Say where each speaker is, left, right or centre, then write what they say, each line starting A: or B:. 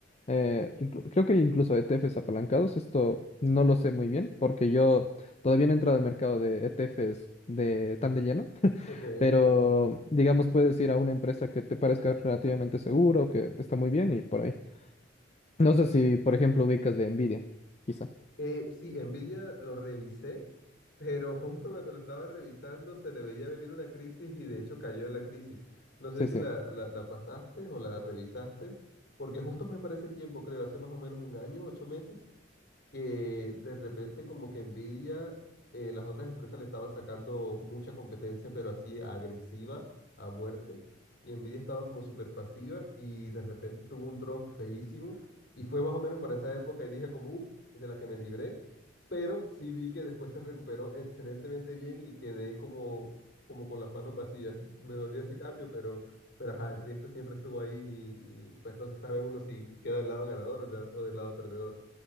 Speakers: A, on the left; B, on the left.
A: eh, inclu- creo que hay incluso ETFs apalancados. Esto no lo sé muy bien porque yo todavía no he entrado al mercado de ETFs de, tan de lleno,
B: Ok.
A: pero digamos puedes ir a una empresa que te parezca relativamente seguro, que está muy bien y por ahí. No sé si, por ejemplo, ubicas de Nvidia, quizá.
B: Eh, sí, Nvidia lo revisé, pero justo cuando lo estaba revisando se le veía venir una crisis y de hecho cayó en la crisis. No sé
A: Sí,
B: si
A: sí.
B: la, la, la pasaste o la revisaste, porque justo fue para ese tiempo, creo, hace más o menos un año, ocho meses, que de repente como que Nvidia, eh, las otras empresas le estaban sacando mucha competencia, pero así agresiva a muerte, y Nvidia estaba como súper pasiva y de repente tuvo un drop feísimo, y fue más o menos para esa época y dije como, uff, de la que me libré, pero sí vi que después se recuperó excelentemente bien y quedé como, como con las manos vacías. Me dolió ese cambio, pero... Pero ajá, el riesgo siempre estuvo ahí y, y, pues no se sabe uno si, si queda del lado ganador o del o del lado perdedor.